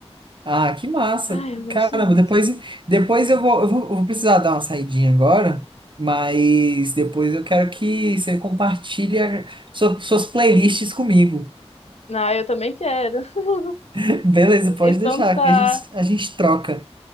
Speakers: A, on the right (about 50°); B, on the left (about 75°).
A: Ah, que massa.
B: Ai, eu gosto
A: Caramba,
B: muito.
A: depois, depois eu vou, eu vou, eu vou precisar dar uma saidinha agora, mas depois eu quero que você compartilhe a- sua- suas playlists comigo.
B: Ah, eu também quero. <laughs>
A: <laughs> Beleza, pode
B: Então
A: deixar,
B: tá.
A: que a gente, a gente troca.